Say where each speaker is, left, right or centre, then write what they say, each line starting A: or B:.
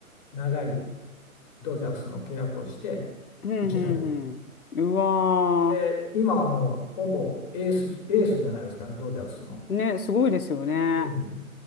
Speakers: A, on the left; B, on the left.
A: 長いドジャースの契約をして、
B: うんうんうん。
A: いきなり。
B: うわ
A: で、今はもうほぼエース、エースじゃないですかね、ドジャースの。
B: ー。ね、すごいですよね。
A: うん。